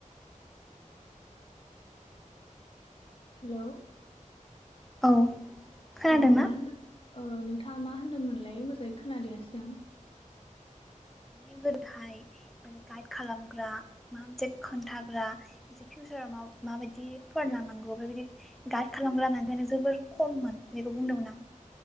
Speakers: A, on the left; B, in the centre.
A: हेल'
B: औ खोनादोंना
A: अ मा होनदों नोंथाङा मा होनदोंमोनलाय मोजाङै खोनादयाासै आं
B: मान गोदाय माने गाइड खालामग्रा माबा मोनसे खोन्थाग्रा माखा फिउचाराव मा माबायदि फरायलांनांगौ बेफोरबायदि गार्ड खालामग्रा मानसियानो जोबोर खममोन बेखौ बुंदोंमोन आं।